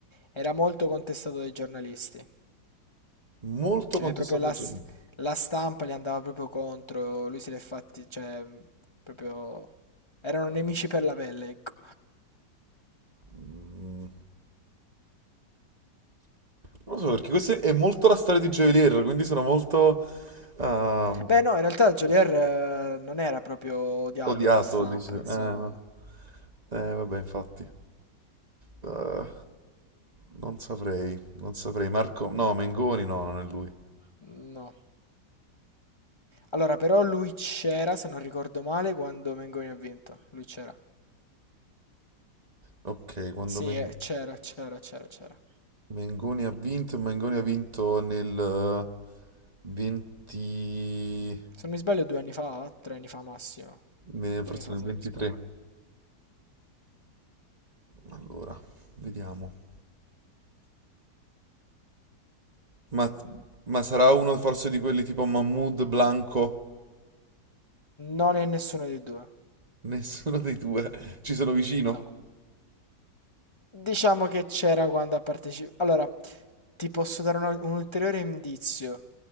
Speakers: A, on the left; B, on the right.
A: era molto contestato dai giornalisti.
B: Molto
A: Cioè,
B: contestato
A: proprio la,
B: dai giovani.
A: s- la stampa gli andava proprio contro. Lui se l'è fatti, cioè, proprio... Erano nemici per la pelle, ecco.
B: Mm, Non lo so, perché questa è molto la storia di Joy Lear, quindi sono molto... ehm,
A: Beh, no, in realtà Geolier eh, non era proprio odiato
B: Odiato,
A: dalla stampa,
B: dici. Eh,
A: insomma.
B: no. Eh, vabbè, infatti. Eh, non saprei, non saprei. Marco, no, Mengoni no, non è lui.
A: No. Allora, però lui c'era, se non ricordo male, quando Mengoni ha vinto. Lui c'era.
B: Ok, quando
A: Sì,
B: Men-
A: eh, c'era, c'era, c'era, c'era.
B: Mengoni ha vinto, Mengoni ha vinto nel eh, 20...
A: Se non mi sbaglio, due anni fa, tre anni fa massimo.
B: nel-
A: Due
B: forse
A: anni fa,
B: nel
A: se
B: 23.
A: non mi sbaglio.
B: Allora, vediamo. Ma, ma sarà uno forse di quelli tipo Mahmood, Blanco?
A: Non è nessuno dei due.
B: Nessuno dei due. Ci sono vicino?
A: No. Diciamo che c'era quando ha partecipato. Allora, ti posso dare una- un ulteriore indizio.